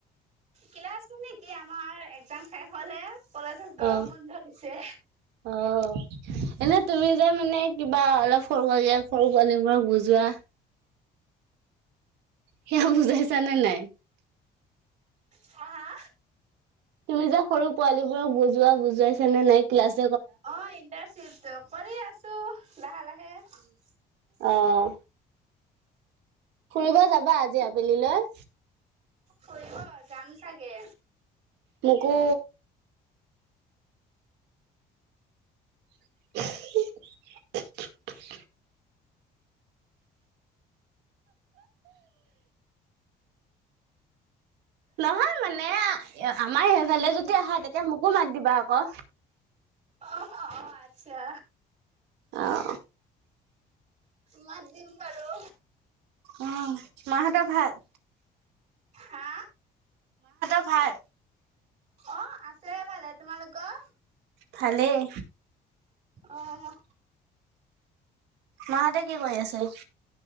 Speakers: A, on the right; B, on the right.
A: ক্লাছ মানে কি আমাৰ এক্জাম শেষ হলে কলেজত গৰম
B: অ
A: বন্ধ দিছে।
B: অ এনে তুমি যে মানে কিবা অলপ সৰুাকে সৰু পোৱালীবোৰক বুজোৱা। সেয়া বুজাইছা নে নাই
A: হা হা
B: তুমি যে সৰু পোৱালী বোৰক বুজোৱা, বুজুৱাইছা নে নাই ক্লাছ
A: <unintelligible> অ ইণ্টাৰশিপ কৰি আছো লাহে-লাহে <inaudible>
B: অহঁ। ফুৰিব যাবা আজি আবেলি লৈ।
A: ফুৰিব যাম চাগে।
B: মোকো <unintelligible> নহয় মানে আমাৰ সেইফালে যদি আহা তেতিয়া মোকো মাত দিবা আকৌ
A: অ <unintelligible> আচ্ছা।
B: আহ।
A: মাত দিম বাৰু।
B: অ মা হঁতৰ ভাল
A: হা
B: ঘ
A: অঁ! আছে এইফালে তোমালোকৰ
B: ভালেই
A: অ',
B: মাহঁতে কি কৰি আছে?